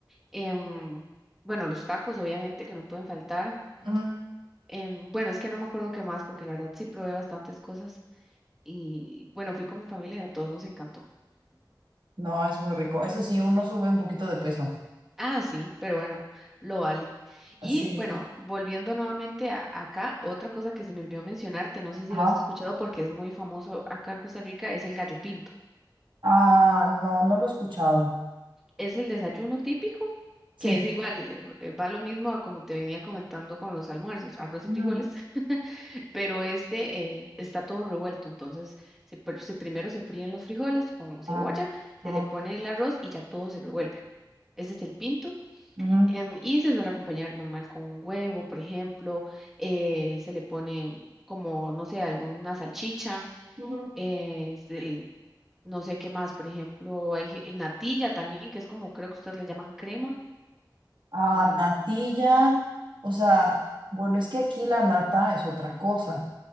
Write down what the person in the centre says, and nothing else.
Em, bueno, los tacos, obviamente, que no pueden faltar.
Em, bueno, es que no me acuerdo qué más, porque la verdad sí probé bastantes cosas. Y bueno, fui con mi familia y a todos nos encantó.
Ah, sí, pero bueno, lo vale. Y
bueno, volviendo nuevamente a, acá, otra cosa que se me olvidó mencionarte, no sé si
lo has escuchado porque es muy famoso acá en Costa Rica, es el gallo pinto.
Es el desayuno típico,
que es igual, eh, va lo mismo a como te venía comentando con los almuerzos, arroz
y frijoles, <laughs> pero este eh, está todo revuelto, entonces se pr- se primero se fríen los frijoles con cebolla,
se
le pone el arroz y ya todo se revuelve. Ese es el pinto.
Em, y se suele acompañar normal con un huevo, por ejemplo, eh, se le pone como, no sé, alguna salchicha,
eh, se- no sé qué más, por ejemplo, hay ge- natilla también, que es como creo que ustedes le llaman crema.
eh,